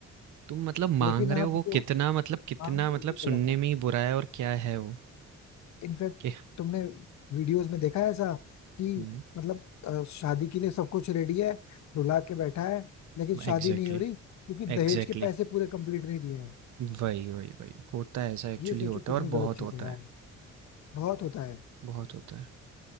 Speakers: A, on the right (about 70°); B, on the left (about 65°).
A: तुम मतलब
B: लेकिन
A: माँग रहे
B: आप
A: हो वो
B: जो
A: कितना मतलब कितना
B: हाँ वो
A: मतलब सुनने
B: गलत है
A: में ही बुरा है और क्या है वो?
B: इनफैक्ट
A: कि
B: तुमने वीडियोस में देखा है ऐसा कि
A: हुँ,
B: मतलब अ, शादी के लिए सब कुछ रेडी है दुल्हा के बैठा है लेकिन शादी
A: एग्ज़ैक्टली,
B: नहीं हो रही क्योंकि दहेज
A: एग्ज़ैक्टली।
B: के पैसे पूरे कंप्लीट नहीं दिए हैं
A: वही, वही, वही। होता है ऐसा एक्चुअली
B: ये सोचो
A: होता
B: कितनी
A: है और
B: गलत
A: बहुत
B: चीज
A: होता
B: है यार
A: है,
B: बहुत होता है
A: बहुत होता है।